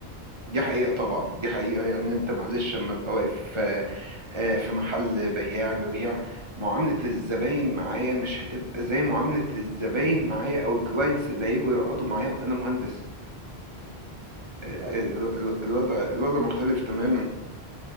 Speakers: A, on the right; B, on the right.
A: دي حقيقة طبعا دي حقيقة يعني انت معلش لما ابقى واقف آه، آه، في محل بياع ببيع معاملة الزباين معايا مش هتبقى زي معاملة الزباين معايا او الكلاينتس اللي هيجوا يقعدوا معايا وانا مهندس آه، آه،
B: ايوه
A: ال-
B: ما هي
A: ال- الوضع الوضع مختلف تماما